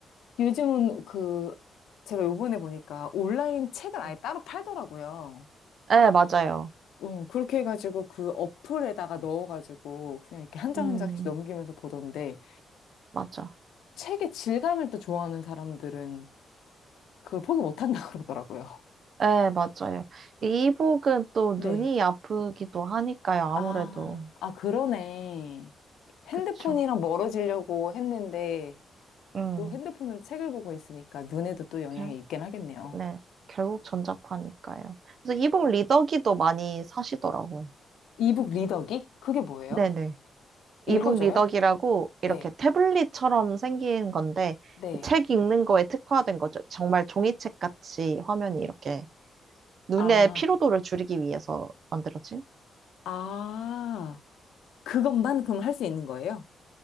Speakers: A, on the left (about 80°); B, on the right (about 60°).
A: 요즘은 그, 제가 요번에 보니까 온라인 책을 아예
B: 음.
A: 따로 팔더라고요.
B: 네, 맞아요.
A: 음, 그렇게 해가지고 그 어플에다가 넣어가지고 그냥 이렇게 한 장
B: 음,
A: 한 장씩 넘기면서 보던데
B: 맞아.
A: 책의 질감을 또 좋아하는 사람들은 그걸 포기 못한다 <laughs> 그러더라고요.
B: 네, 맞아요. 이 이북은 또
A: 네.
B: 눈이 아프기도 하니까요, 아무래도.
A: 아, 아, 그러네. 핸드폰이랑
B: 그쵸.
A: 멀어지려고 했는데
B: 음,
A: 또 핸드폰으로 책을 보고 있으니까 눈에도 또 영향이
B: 결,
A: 있긴 하겠네요.
B: 네, 결국 전자파니까요. 그래서 이북 리더기도 많이 사시더라고요.
A: 이북 리더기? 그게 뭐예요?
B: 네네.
A: 읽어줘요?
B: 이북 리더기라고 이렇게
A: 네,
B: 태블릿처럼 생긴 건데
A: 네.
B: 책 읽는 거에 특화된 거죠. 정말 종이책 같이 화면이 이렇게 눈의
A: 아,
B: 피로도를 줄이기 위해서 만들어진?
A: 아, 그것만 그럼 할 수 있는 거예요?